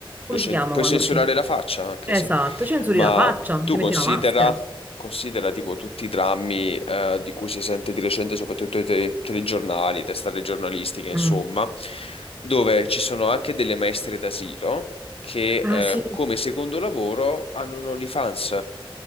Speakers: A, on the left (about 85°); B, on the right (about 20°).
A: lo
B: come
A: cen-
B: si chiama
A: puoi
B: quando
A: censurare
B: si...
A: la faccia anche,
B: Esatto,
A: sì.
B: censuri
A: Ma
B: la faccia,
A: tu
B: ti
A: considera,
B: metti una maschera.
A: considera tipo tutti i drammi eh, di cui si sente di recente, soprattutto i te- telegiornali, testate giornalistiche, insomma,
B: Mm.
A: dove ci sono anche delle maestre d'asilo che
B: Ah
A: eh,
B: sì,
A: come secondo lavoro hanno un OnlyFans